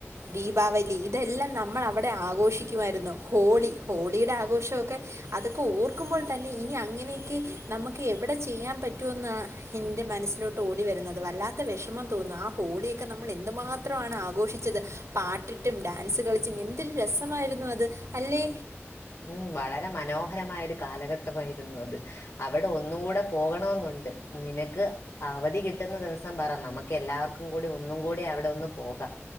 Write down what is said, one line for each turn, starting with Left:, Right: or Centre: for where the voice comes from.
Right: ദീപാവലി ഇതെല്ലാം നമ്മൾ അവിടെ ആഘോഷിക്ക ക്കുവാരുന്നു ഹോളി ഹോളിയുടെ ആഘോഷമൊക്കെ അതൊക്കെ ഓർക്കുമ്പോൾ തന്നെ ഇനി അങ്ങനെയൊക്കെ നമുക്ക് എവിടെ ചെയ്യാൻ പറ്റുവെന്നാണ് എൻ്റെ മനസ്സിലോട്ട് ഓടി വരുന്നത് വല്ലാത്ത വിഷമം തോന്നാ ആഹ് ഹോളിയൊക്കെ നമ്മള് എന്തു മാത്രമാണ് ആഘോഷിച്ചത് പാട്ടിട്ടും ഡാൻസ് കളിച്ചും എന്തൊരു രസ മായിരുന്നു അത് അല്ലെ
Left: ഉം വളരെ മനോഹരമായ ഒരു കാലഘട്ടമായിരുന്നു അത് അവിടെ ഒന്നും കൂടെ പോകണവെന്നുണ്ട് നിനക്ക് അവധി കിട്ടുന്ന ദിവസം പറ നമുക്ക് എല്ലാവർക്കും കൂടി ഒന്നും കൂടി അവിടെ ഒന്ന് പോകാം